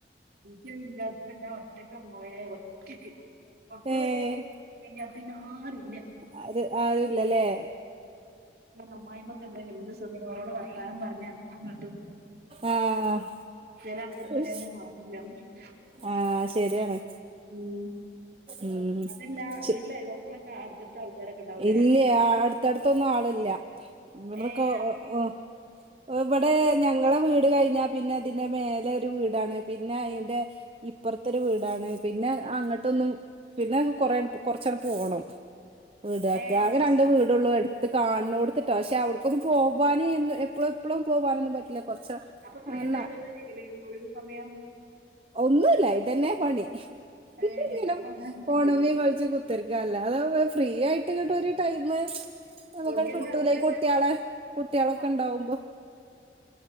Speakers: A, on the right; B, on the right.
A: എനിക്കാ ഇല്ലാത്ത കൊണ്ട് ഞാ ഒറ്റക്ക മോളെ ഒറ്റയ്ക്ക് <unintelligible>
B: ഏഹ്
A: പിന്നാര് ഇല്ല
B: ആര് ആരുല്ലല്ലേ
A: ഇങ്ങനൊരു അമ്മായിയമ്മക്കെണ്ടാങ്കി എന്ത്‌ സുഖവാ <unintelligible> ഓളോട് പറയി ത്താനം പറഞ്ഞ് അങ്ങട്ടും ഇങ്ങട്ടും
B: ആഹ്
A: <unintelligible>
B: ആഹ്
A: <unintelligible>
B: ആഹ് ശെരിയാണ്
A: ഉം
B: ഉം
A: അതല്ല
B: ച്
A: വീട്ടിലെ അയൽവാസികളൊക്കെ അടുത്തടുത്ത ആൾക്കാരൊക്കെ ഉണ്ടാവൂലേ
B: ഇല്ല അടുത്തടുത്തൊന്നു ആളില്ല അങ്ങന്നൊക്കെ
A: ഏ അപ്പൊ
B: ഓ ഇവിടെ
A: കൊറച്ച്
B: ഞങ്ങളെ വീട് കഴിഞ്ഞാ പിന്നെ അതിന്റെ മേലെ ഒരു വീടാണ് പിന്നെ അതിന്റെ ഇപ്പറത്തെ ഒരു വീടാണ് പിന്നെ അങ്ങ ട്ടൊന്നും പിന്നെ കൊറെ കൊറച്ചണ്ട് പോണം വീടെ
A: ഏ
B: ആകെ രണ്ട് വീട് ടൊള്ളൂ അട്ത്ത് കാണ്ണോട്ത്ത്ട്ടോ പക്ഷെ അവവിക്കൊന്നും പോവാനും എപ്പളും എപ്പളും പോവാനൊന്നും പറ്റില്ല കൊറച്ച്
A: അപ്പൊ ഫ്രീ
B: അങ്ങനെ
A: ടൈം എന്താ ചെയ്യല് ഒഴിവ് സമയം
B: ഒന്നുല്ല ഇതെന്നെ പണി. <unintelligible>
A: ഏ അപ്പൊ അങ്ങനെ കുത്തിരിക്കും
B: കോണമീ കൾച്ച് കു ത്തർക്ക അല്ലാതെ വെ ഫ്രീ ആയിട്ട് കിട്ട ഒരു ടൈം നമുക്കട്
A: ഓട്ക്കെല്ലാം
B: കിട്ടൂല
A: അങ്ങനെയൊക്കെ
B: കുട്ടികളെ
A: പൊറ
B: കുട്ടികളൊക്കെ
A: പൊറത്ത്ക്കൊക്കെ
B: ഇണ്ടാവുമ്പോ